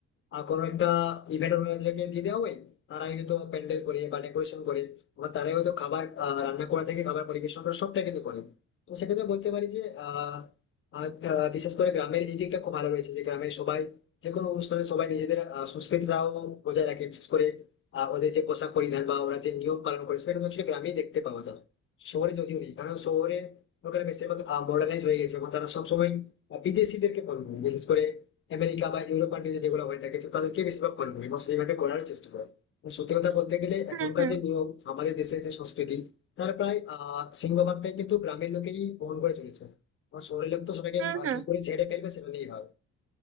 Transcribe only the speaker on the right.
হুম
হুম
হুম
হুম